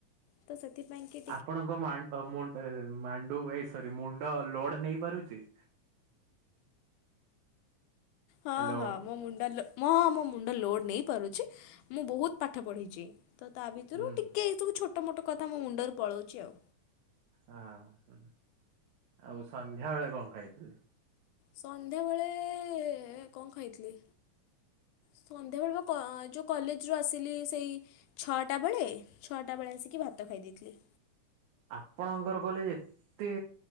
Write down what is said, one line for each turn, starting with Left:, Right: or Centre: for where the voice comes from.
Left: ତ ସେଥିପାଇଁ କି
Right: ଆପଣଙ୍କ ମା ମୁ ଏଁ ମାଣ୍ଡୁ ଏ ସରି ମୁଣ୍ଡ ଲୋଡ ନେଇ ପାରୁଛି?
Left: ହଁ
Right: ହ୍ୟାଲୋ
Left: ହଁ ମୋ ମୁଣ୍ଡ ଲୋ ମଁ ହଁ ମୋ ମୁଣ୍ଡ ଲୋଡ଼୍ ନେଇ ପାରୁଛି ମୁଁ ବହୁତ ପାଠ ପଢ଼ିଛି। ତ ତା ଭିତରୁ
Right: ହୁଁ
Left: ଟିକେ ଏଇ ସବୁ ଛୋଟ ମୋଟ କଥା ମୋ ମୁଣ୍ଡରୁ ପଳଉଛି ଆଉ।
Right: ହଁ ଆଉ ସନ୍ଧ୍ୟା ବେଳେ କଣ ଖାଇଥିଲେ?
Left: ସନ୍ଧ୍ୟାବେଳେ କଣ ଖାଇଥିଲି ସନ୍ଧ୍ୟାବେଳେ ବା ମୁଁ ଯୋଉ କଲେଜରୁ ଆସିଲି ସେଇ ଛଅଟା ବେଳେ ଛଅଟା ବେଳେ ଆସିକି ଭାତ ଖାଇ ଦେଇଥିଲି।
Right: ଆପଣଙ୍କର କଲେଜ ଏତେ